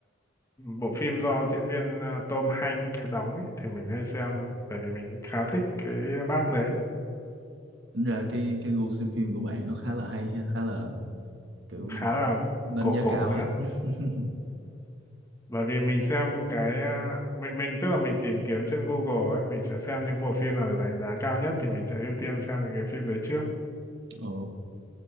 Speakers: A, on the left; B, on the right.
A: bộ phim do diễn viên ờ, Tom Hanks đóng ấy, thì mình hay xem bởi vì mình khá thích cái bác đấy
B: tính ra cái cái gu xem phim của bạn nó khá là hay ha, khá là kiểu
A: khá là
B: đánh
A: cổ
B: giá
A: cổ
B: cao
A: nữa
B: ấy. <laughs>
A: bởi vì mình xem cái à, mình mình tức là mình tìm kiếm trên Google ấy mình sẽ xem những bộ phim nào được đánh giá cao nhất thì mình sẽ ưu tiên xem những cái phim đấy trước
B: Ồ,